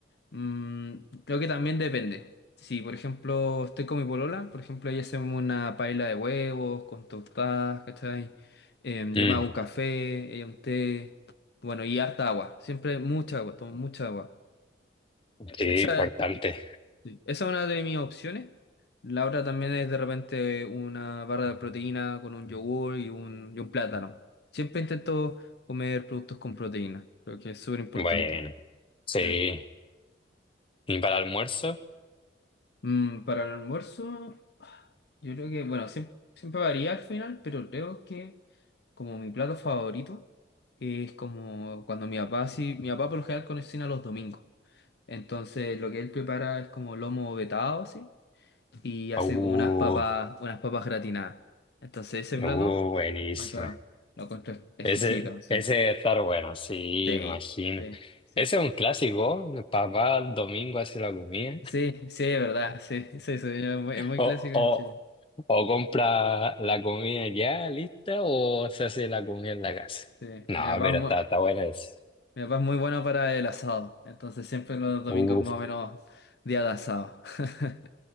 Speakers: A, on the left; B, on the left.
A: mm, creo que también depende. Si, por ejemplo, estoy con mi polola, por ejemplo, ahí hacemos una paella de huevos con tostadas, ¿cachai? Em,
B: Mm,
A: yo me hago un café, ella un té, bueno, y harta agua, siempre mucha agua, tomo mucha agua.
B: sí,
A: Esa
B: importante.
A: Sí, Esa es una de mis opciones. La otra también es de repente una barra de proteína con un yogur y un, y un plátano. Siempre intento comer productos con proteína, creo que es súper importante.
B: Bueno, sí.
A: Sí.
B: ¿Y para el almuerzo?
A: Mm, para el almuerzo, yo creo que, bueno, siem- siempre, varía al final, pero creo que como mi plato favorito es como cuando mi papá, sí, mi papá por lo general cocina los domingos. Entonces lo que él prepara es como lomo vetado, así y hace
B: Uh,
A: como unas papas, unas papas gratinadas. Entonces ese plato
B: uh, buenísima.
A: más lo, lo encuentro exquisito.
B: Ese,
A: Sí,
B: ese debe estar bueno, sí,
A: sí,
B: me imagino.
A: sí. Sí,
B: Ese es un clásico. Papá el domingo hace la comida.
A: sí, sí, es verdad, sí, sí, sí, es muy, es muy
B: O,
A: clásico
B: o,
A: en Chile.
B: o compra la comida ya lista o se hace la comida en la casa.
A: Sí,
B: No,
A: mi papá
B: pero
A: es muy,
B: está, está buena esa.
A: mi papá es muy bueno para el asado, entonces siempre los domingos
B: Uf,
A: más o menos día de asado. <laughs>